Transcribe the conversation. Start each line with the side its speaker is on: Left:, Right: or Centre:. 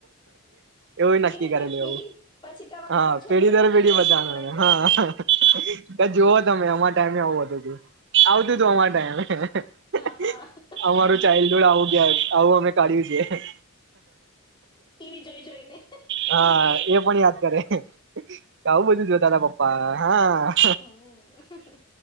Right: એવું
Left: પીઢી
Right: નક્કી કરે
Left: દર
Right: લ
Left: પીઢી
Right: એવું
Left: પછી તમારો
Right: હા
Left: છોકરો
Right: પેઢી દર
Left: પણ
Right: પેઢી
Left: એના
Right: બધાને
Left: છોકરા
Right: અમે
Left: જો
Right: હા જુઓ તમે આમાં ટાઈમે આવું હતું તું આવતું તું અમારા ટાઈમે
Left: હા
Right: અમારું ચાઇલ્ડહુડ આવું ગયા આવું અમે કાઢ્યું છે,
Left: ટીવી જોઈ જોઈને
Right: હા એ પણ યાદ ત્યારે આવું બધું જોતા હતા પપ્પા હા
Left: હમ